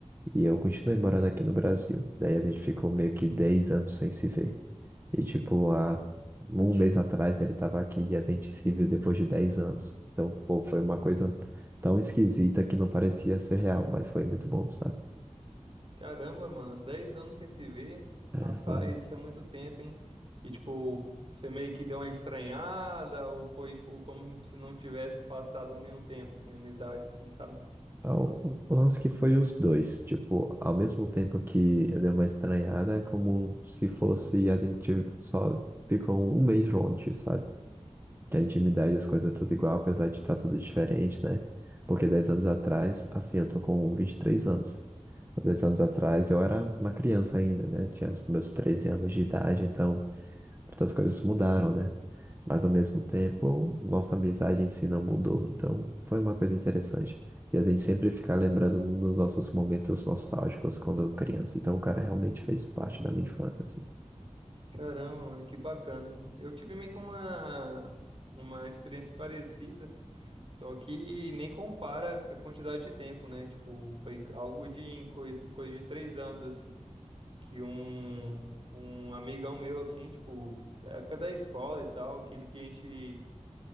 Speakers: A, on the right (about 20°); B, on the right (about 50°).
A: e eu continuei morando aqui no Brasil. Daí a gente ficou meio que 10 anos sem se ver. E tipo, há um mês atrás ele tava aqui e a gente se viu depois de 10 anos. Então, pô, foi uma coisa tão esquisita que não parecia ser real, mas foi muito bom, sabe?
B: Caramba, mano, dez anos sem se ver.
A: É,
B: Rapaz,
A: sabe?
B: isso é muito tempo, hein? E, tipo, você meio que deu uma estranhada, ou foi, tipo, como se não tivesse passado nenhum tempo sem amizade, assim, sabe?
A: Ah, O o lance que foi os dois, tipo, ao mesmo tempo que eu dei uma estranhada, é como se fosse a gente só ficou um mês longe, sabe? Que a intimidade, as coisas é tudo igual, apesar de estar tudo diferente, né? Porque 10 anos atrás, assim, eu tô com 23 anos. Há 10 anos atrás eu era uma criança ainda, né? Tinha os meus 13 anos de idade, então muitas coisas mudaram, né? Mas ao mesmo tempo, nossa amizade em si não mudou. Então, foi uma coisa interessante. E a gente sempre fica lembrando nos nossos momentos nostálgicos quando criança. Então, o cara realmente fez parte da minha infância, assim.
B: Caramba, mano, que bacana, hein? Eu tive meio que uma, uma experiência parecida, só que nem compara com a quantidade de tempo, né? Tipo, foi algo de coisa, coisa de três anos, assim. que um, um amigão meu, assim, tipo, da época da escola e tal, aquele que a gente